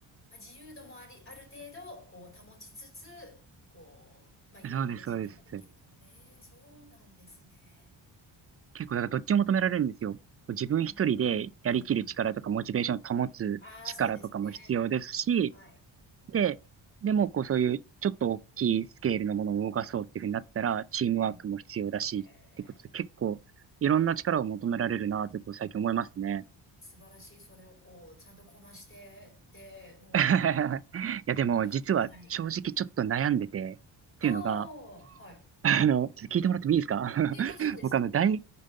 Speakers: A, on the left; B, on the right.
A: まあ、自由度もあり、ある程度、こう、保ちつつ、こう、まあ、いろいろご実験ができると。
B: そうです、そうです。
A: ええ、そうなんですね。
B: 結構、だからどっちも求められるんですよ。自分一人でやりきる力とか、
A: うん、うん、うん。うんうん
B: モチベーションを保つ力とかも必要ですし、
A: はい。ああ、そうですね。はい。
B: で、でも、こう、そういう、ちょっと大きいスケールのものを動かそうっていうふうになったら、チームワークも必要だし、
A: うん。え
B: ってことで、結構、
A: え、
B: いろんな力を求められるなと、こう、最近思いますね。
A: 素晴らしい。それをこう、ちゃんとこなして、で、もう、
B: <laughs> いや、でも、
A: いはい。
B: 実は、正直ちょっと悩んでて、っていうのが、
A: ああ、はい。
B: あの、ちょっと聞いてもらってもいいですか
A: え、もちろんですよ。
B: <laughs> 僕、あの、大、